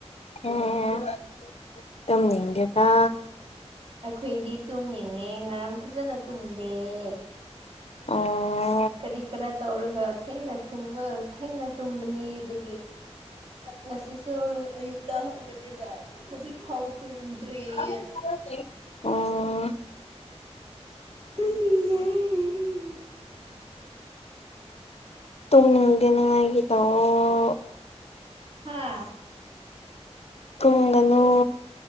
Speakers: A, on the left; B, on the right.
A: ꯑꯦ ꯇꯨꯝꯅꯤꯡꯗꯦꯗꯥ
B: ꯑꯩꯈꯣꯏꯗꯤ ꯇꯨꯝꯅꯤꯡꯉꯦ ꯉꯔꯥꯡ ꯐꯖꯅ ꯇꯨꯝꯗꯦꯑꯦ
A: ꯑꯣꯑꯣ
B: ꯀꯔꯤ- ꯀꯔ ꯇꯧꯔꯒ ꯊꯦꯡꯅ ꯊꯨꯝꯃ ꯊꯦꯡꯅ ꯇꯨꯝꯕꯅꯤ ꯑꯗꯨꯒꯤ ꯉꯁꯤꯁꯨ ꯑꯌꯨꯛꯇ ꯍꯧꯒꯠ ꯂꯒꯥ ꯍꯧꯖꯤꯛ ꯐꯥꯎ ꯇꯨꯝꯗ꯭꯭ꯔꯤꯑꯦ
A: ꯑꯣ
B: UNINTELLIGIBLE
A: ꯇꯨꯝꯅꯤꯡꯗꯅꯤꯉꯥꯏꯒꯤ ꯇꯧꯑꯣꯣ
B: ꯍꯥꯥꯑꯥ
A: ꯇꯨꯝꯒꯅꯨ